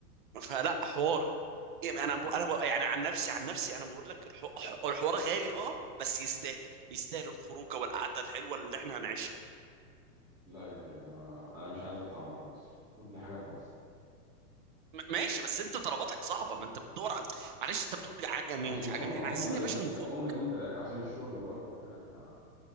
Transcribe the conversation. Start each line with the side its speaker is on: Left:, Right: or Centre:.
Right: فلا حوار
Centre: لا
Right: إيه، انا
Centre: بصراحه
Right: بو... انا بو... يعني عن نفسي عن نفسي انا بقول لك الح... ح- الحوار غالي اه بس يستاهل يستاهل الخروجه والقعده الحلوه اللي احنا هنعيشها
Centre: لا يا غالي انا انا مش عايز اطلع بره مصر شوف لي حاجه في مصر
Right: م- ماشي بس انت طلباتك صعبه ما انت بتدور عن معلش انت بتقول لي عجمي
Centre: اصل
Right: ومش
Centre: هم
Right: عجمي
Centre: هم
Right: احنا عايزين
Centre: يومين
Right: يا باشا نفوق
Centre: هم يومين ثلاثه عشان الشغل برضه وكده احنا